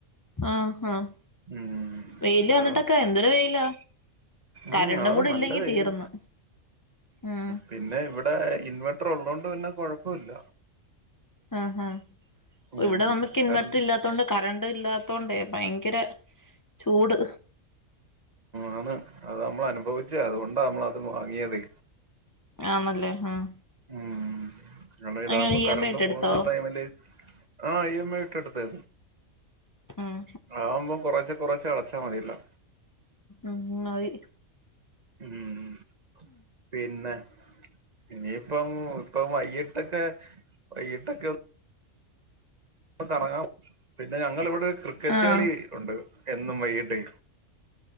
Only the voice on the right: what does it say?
ഉം
അന്നേരം
ഉം അത്
നല്ല
വെയില്
പിന്നെ ഇവിടെ ഇൻവേർട്ടർ ഉള്ളോണ്ട് പിന്ന കുഴപ്പോല്ല
ഉം
കറണ്ട്
ആന്ന് അത് നമ്മൾ അനുഭവിച്ചേ അതുകൊണ്ടാ നമ്മള അത് വാങ്ങിയതെ
ഉം അത് ഇതാകുമ്പോ
കറണ്ട്
പോകുന്ന
ടൈമില് ആഹ് ഇ എം ഐ ഇട്ടെടുത്തെ
ആവുമ്പോം കുറെച്ചേ കുറെച്ചേ അടച്ചാ മതിയല്ലോ
ഉം പിന്നെ ഇനിയിപ്പം ഇപ്പം വൈകട്ടൊക്കെ വൈകിട്ടൊക്കെ പ്പോ കറങ്ങാൻ പിന്നെ ഞങ്ങള് ഇവിടെ ക്രിക്കറ്റ്
കളി ഉണ്ട് എന്നും വൈകിട്ടേ